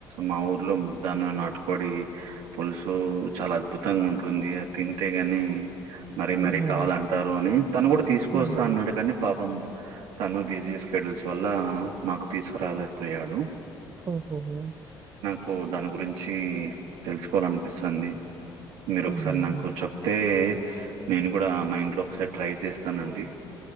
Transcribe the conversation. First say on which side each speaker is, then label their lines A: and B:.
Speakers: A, on the right (about 75°); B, on the right (about 35°).
A: మా ఊర్లో ముద్ద అను నాటుకోడి పులుసు చాలా అద్భుతంగా ఉంటుంది తింటేగా కాని మర
B: హుహు.
A: మరీ కావాలంటారు అని తను కూడా తీసుకొస్తా
B: హుహు.
A: అన్నాడు కాని పాపం తను బిజీ షేడ్యుల్స్ వల్ల మాకు తీసుకురాలేకపోయాడు
B: ఓహోహో
A: కో దాని గురించి తెలుసుకోవాలనిపిస్తుంది మీరు
B: హుహుహు.
A: ఒకసారి నాకు చెప్తే నేను కూడా మా ఇంట్లో లో ఒకసారి ట్రై చేస్తానండి